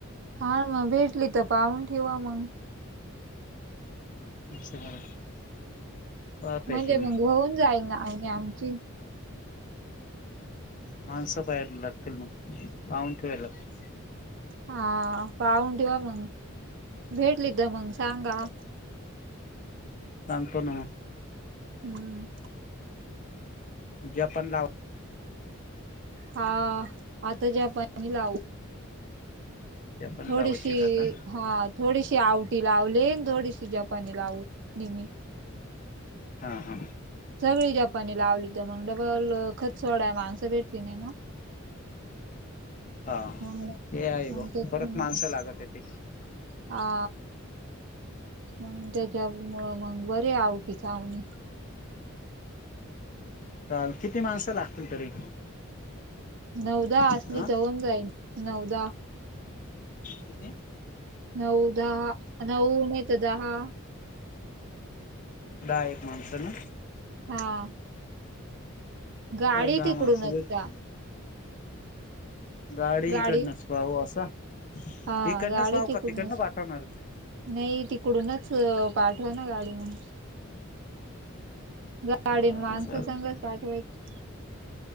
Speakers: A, on the right; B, on the left.
A: हा मग भेटली तर पाहून ठेवा मग.
B: <unintelligible> पाहता
A: म्हणजे
B: येतील
A: मग होऊन जाईल ना आळणी आमची.
B: माणसं पाहायला लागतील मग पाहून ठेवायला लागतील.
A: हा पाहून ठेवा मग, भेटली तर मंग सांगा.
B: सांगतो ना म.
A: हम्म.
B: जापण लावा.
A: हा, आता जपाणी लावू.
B: जपान
A: थोडीशी
B: लावायचे का आता
A: हा थोडीशी आवटी लावले थोडीशी जपानी लावू निम्मी.
B: हा हा.
A: सगळी जपानी लावली तर म डबल खत सोडाय माणसं भेटती नाही ना.
B: हा
A: मग
B: ते आहे
A: मग
B: बो
A: त्याच्यामुळे
B: परत माणसं लागत येते.
A: हा, मग त्याच्यामुळं मग बरे आवटी च आवणी.
B: काल किती माणसं लागतील तरी.
A: नऊ - दहा
B: हा
A: असली तर होऊन जाईल, नऊ दहा.
B: किती
A: नऊ - दहा, नऊ नाय तर दहा.
B: दहा एक माणसं ना.
A: हा. गाडी
B: काय दहा
A: तिकडूनच
B: माणसं देत
A: का?
B: गाडीइकड
A: गाडी
B: नच पाहु असं.
A: हा
B: इकडनंच
A: गाडी
B: पाहू
A: तिकडूनच,
B: का तिकडनं पाठवणार
A: नाही तिकडूनच. पाठवा ना गाडी म, गा गाडीन
B: बर
A: माणस
B: चाल
A: संगच पाठवायचे.